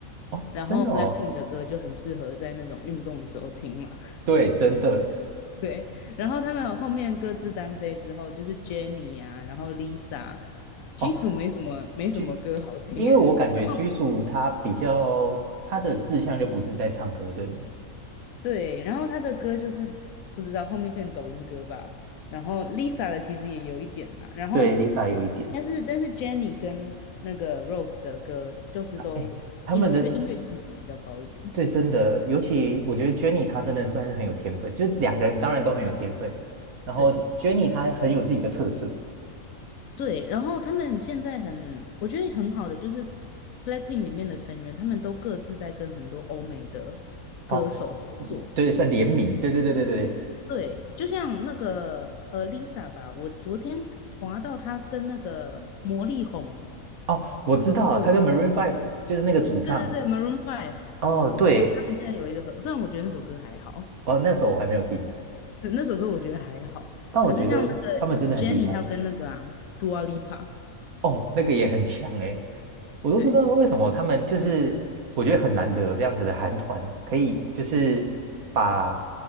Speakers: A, on the right; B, on the left.
A: 哦，
B: 然后
A: 真的哦，
B: Blackpink 的歌就很适合在那种运动的时候听嘛。
A: 对，真的
B: <laughs> 然后他们后面各自单飞之后，就是 Jennie 啊，然后 Lisa。
A: 哦，
B: Jisoo 没什么没什么歌好听，
A: 居，因为我感觉居属他比较他的志向就不是在唱歌这里，
B: <laughs> 然后对，然后他的歌就是不知道后面变抖音歌吧，然后 Lisa 的其实也有一点啦，然后
A: 对，Lisa 也有一点，
B: 但是但是 j e n n i e 跟那个 Rose 的歌就是都音，
A: 哎他们的
B: 我觉得音乐性质比较高一点。
A: 对真的，尤其我觉得 Jennie 她真的算是很有天分，就是两个人当然都很有天分，然后
B: 对
A: Jennie 她很有自己的特色
B: 对，然后他们现在很，我觉得很好的就是 Blackpink 里面的成员，他们都各自在跟很多欧美的歌手合作。
A: 哦，嗯对，算联名，对对对对对
B: 对，就像那个呃 Lisa 吧，我昨天滑到她跟那个魔力红
A: 哦，我知道，
B: 合作，
A: 他跟 Maroon Five 就是那个主唱。
B: 对对对，Maroon Five，
A: 哦，对，
B: 就是他们现在有一个合，虽然我觉得那首歌还好，
A: 哦，那时候我还没有听，
B: 是那首歌我觉得还好，
A: 但我觉得他们真的很厉害。
B: 可是像那个 j e n n y 还有跟那个啊 Dua Lipa，
A: 哦，那个也很强诶，我都不知道为什么他们就是，
B: 对，
A: 我觉得很难得有这样子的韩团，可以就是把